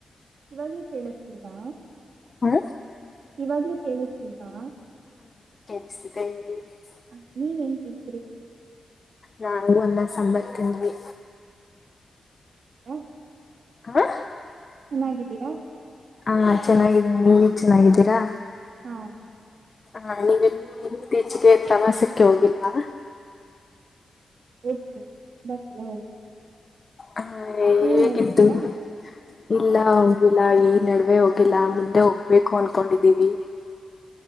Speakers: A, on the right (about 70°); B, on the left (about 35°).
A: ಇವಾಗ್ಲೂ ಕೇಳಿಸತಿಲ್ವಾ
B: ಹಾ
A: ಇವಾಗ್ಲೂ ಕೇಳಿಸ್ತಲ್ವಾಾ
B: ಎ
A: ಹ ನೀವ ಹೆನ್ ಕಸ್ರಿ
B: ನಾು ಒಲ್ಲ ಸಂಂಬರ್ತಿಂದ್ವಿ
A: ಹ್ಮ
B: ಹಾ
A: ಚೆನ್ನಾಗಿದ್ದೀರಾ.
B: ಹಾ ಚೆನ್ನಾಗಿದ್ದೀನಿ ನೀವಗ್ ಚೆನ್ನಾಗಿದ್ದೀರಾ
A: ಹಾ
B: ಹಾ ನೀವೆಲ್ಲೂ ಇತ್ತೀಚಿಗೆ ಪ್ರವಾಸಕ್ಕೆ ಹೋಗಿಲ್ವಾ
A: ಹೋಗಿದ್ದಿ ತುಂಬಾ ಚಲ ಹೋಗಿ
B: ಹಾ ಹೇಗಿತ್ತು
A: ನೀವ ಹೋಗಿದ್ದೀರಾ
B: ಇಲ್ಲ ಹೋಗಿಲ್ಲ ಈ ನಡುವೆ ಹೋಗಿಲ್ಲ ಮುಂದೆ ಹೋಗ್ಬೇಕು ಅನ್ಕೊಂಡಿದ್ದೀವಿ.